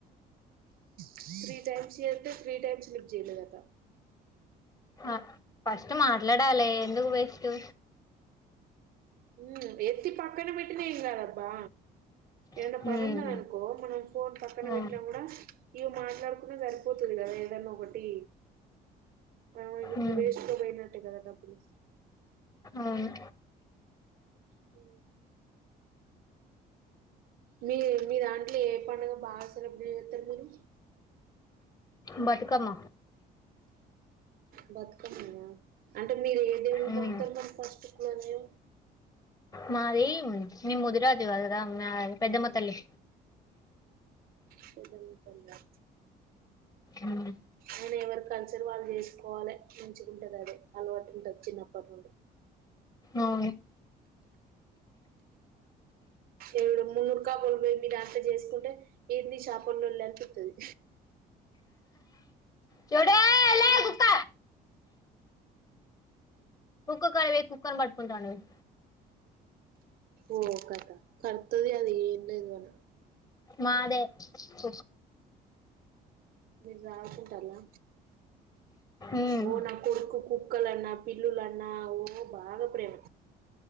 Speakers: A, on the right; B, on the left.
A: త్రీ టైమ్స్ చేస్థే త్రీ టైమ్స్ లిఫ్ట్ చేయలేదట
B: ఆ ఫస్ట్ మాట్లాడాలి ఎందుకు వేస్టు
A: ఉ ఎత్తి పక్కనా పెట్టినా ఏం కదూ అబ్బా ఏడ
B: ఉమ్
A: పని ఉన్నదనుకో అనుకో మనం ఫోన్ పక్కన
B: ఆ
A: పెట్టినా కూడా ఇవి మాట్లాడుకున్నా సరిపోతుంది కదా ఏదన్నా ఒకటి అ ఇప్పుడు
B: ఉమ్
A: వేస్కో పోయిన కదా డబ్బులు
B: అవును
A: హు మీ మీ దాంట్లో ఏ పండగ బాగా సెలబ్రేట్ చేస్తారు మీరు
B: బతుకమ్మ
A: బతుకమ్మేనా అంటే మీరు ఏ దేవుణ్ణి
B: ఉమ్
A: మొక్కుతరు ఫస్టు ఇంగ మేము
B: మాది మేం ముదిరాజు కదరా పెద్దమ్మ తల్లి
A: పెద్దమ్మ తల్లి ఆ
B: ఉమ్
A: అయిన ఎవరి కంచాలు వాళ్ళు చేసుకోవాలె మంచిుకుంటది అదే అలవాటు ఉంటంది చిన్నప్పటి నుండి
B: అవును
A: ఏవిడు మున్నూరు కాపులు పోయి మీరు అంత చేసుకుంటే ఏంది చేపల్లో లేకుతుంది
B: చూడే లే
A: ఆ
B: కుక్క ఉప్పు కారం వేసి కుక్కని పట్టుకుంట అన్నది
A: ఓ కథ కర్తది అది ఏం లేదు మన్నా
B: మాదే కుక్క
A: మీరు రాల్ తింటాం లా
B: ఉమ్
A: ఓ నా కొడుకు కు కుక్కలన్నా, పిల్లులన్నా ఓ బాగా ప్రేమ